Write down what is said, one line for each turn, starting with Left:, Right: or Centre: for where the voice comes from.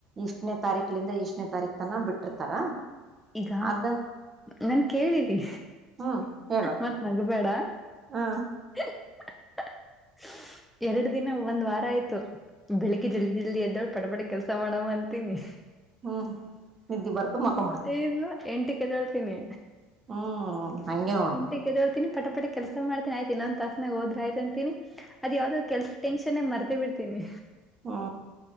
Right: ಇಷ್ಟನೇ ತಾರೀಖಿಲಿಂದ ಇಷ್ಟನೇ ತಾರೀಖ್ತನ ಬಿಟ್ಟಿರ್ತಾರ.
Centre: ಈಗ
Right: ಅದ
Centre: ನನ್ ಕೇಳಿದ್ದಿ
Right: ಹ್ಮ್ ಹೇಳು
Centre: ಮತ್ತ್ ನಗಬೇಡ.
Right: ಹ
Centre: <inaudible> ಎರಡ್ ದಿನ ಒಂದ್ ವಾರ ಆಯ್ತು ಬೆಳಿಗ್ಗೆ ಜಲ್ದಿ ಜಲ್ದಿ ಎದ್ದೋಳು ಪಟ ಪಟಿ ಕೆಲ್ಸ ಮಾಡಮ್ಮ ಅಂತೀನಿ.
Right: ಹ್ಮ್ ನಿದ್ದೆ ಬರ್ತ ಮಕೊಂಬಿಡ್ತ
Centre: ಇಲ್ವಾ ಎಂಟಕ್ಕೆದೊಳ್ತೀನಿ
Right: ಹ್ಮ್ ಹಂಗೆ ನೋಡು
Centre: ಎಂಟಕ್ಕೆದೊಳ್ತೀನಿ ಪಟಪಟ. ಕೆಲಸ ಮಾಡತೀಿ ಆಯತ ಇನ್ನೊಂದು ತಾಸನಾಗ ಹೋದ್ರ ಆಯ್ತು ಅಂತ ಹೇಳಿ. <inaudible> ಅದ ಯಾವ್ದಾವ್ ಕೆಲ್ಸ ಟೆನ್ಶನ್ಗ ಮರತ ಮತ್ತೆ ಬಿಡ್ತೀನಿ.
Right: ಹಾ.